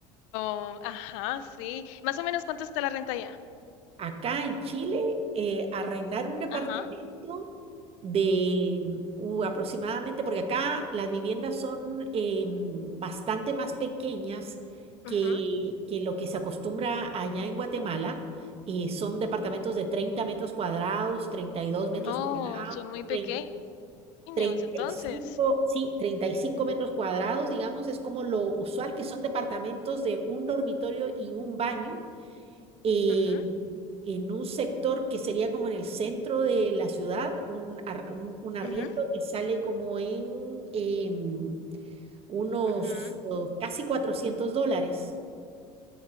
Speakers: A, on the left (about 75°); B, on the right (about 40°).
A: Oh, ajá, sí. Más o menos, ¿cuánto está la renta allá?
B: Acá en Chile, eh, arrendar un departamento.
A: Ajá.
B: de uh, aproximadamente, porque acá las viviendas son eh, bastante más pequeñas
A: ujú.
B: que, que lo que se acostumbra allá en Guatemala. y son departamentos de 30 metros cuadrados, 32 metros
A: No,
B: cuadrados,
A: son muy pequeños,
B: trein- treinta
A: entonces.
B: y cinco sí, 35 metros cuadrados, digamos, es como lo usual, que son departamentos de un dormitorio y un baño eh,
A: Ujú,
B: en un sector que sería como en el centro de la ciudad, un, ar- un, un arriendo
A: ujú,
B: que sale como en em, unos
A: ujú.
B: oh, casi 400 dólares.